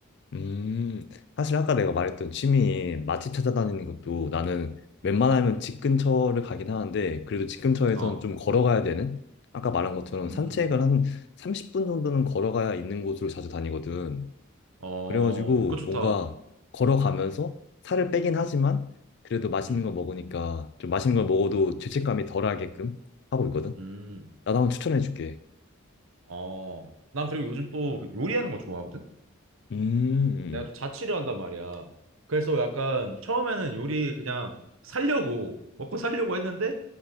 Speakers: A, on the left; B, on the right.
A: 음, 사실 아까 내가 말했던 취미 맛집 찾아다니는 것도 나는 웬만하면
B: 음.
A: 집 근처를 가긴 하는데 그래도 집 근처에선
B: 어.
A: 좀 걸어가야 되는 아까 말한 것처럼
B: 음.
A: 산책을
B: 음.
A: 한 30분 정도는 걸어가야 있는 곳으로 자주 다니거든.
B: 어,
A: 그래가지고
B: 그거 좋다.
A: 뭔가 걸어가면서 살을 빼긴 하지만 그래도 맛있는
B: 음.
A: 거 먹으니까 좀 맛있는 걸 먹어도 죄책감이 덜하게끔 하고 있거든.
B: 음.
A: 나도 한번 추천해줄게.
B: 어, 난 그리고 요즘 또그 요리하는 거 좋아하거든?
A: 음, 음, 음.
B: 내가 또 자취를 한단 말이야. 그래서 약간 처음에는 요리 그냥 살려고, 먹고 살려고 했는데